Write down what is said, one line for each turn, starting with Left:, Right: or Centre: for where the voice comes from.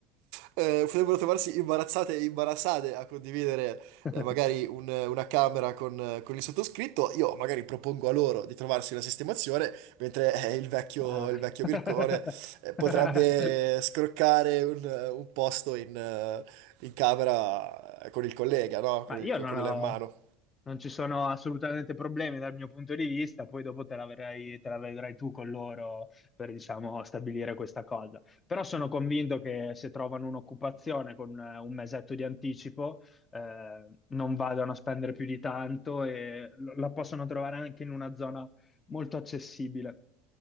Right: Eh, potrebbero trovarsi imbarazzate e imbarazzate a condividere
Left: <laughs>
Right: eh, magari un- una camera con, eh, con il sottoscritto. Io magari propongo a loro di trovarsi una sistemazione, mentre eh, il vecchio,
Left: Ah.
Right: il vecchio
Left: <laughs>
Right: Mircone eh, potrebbe scroccare un, un posto in, eh, in camera eh, con il collega, no?
Left: Ma
Right: Con
Left: io
Right: il, con
Left: non ho,
Right: l'ermano.
Left: non ci sono assolutamente problemi dal mio punto di vista, poi dopo te la verrai, te la vedrai tu con loro per, diciamo, stabilire questa cosa. Però sono convinto che se trovano un'occupazione con eh, un mesetto di anticipo, eh, non vadano a spendere più di tanto e lo- la possono trovare anche in una zona molto accessibile.